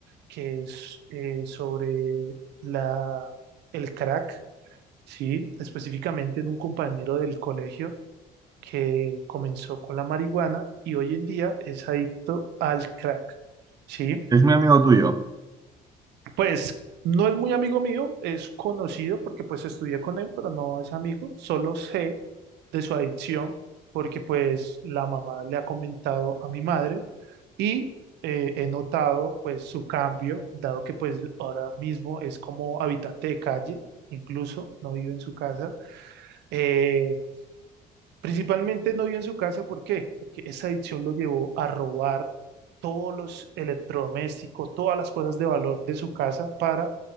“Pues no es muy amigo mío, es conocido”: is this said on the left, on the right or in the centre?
Right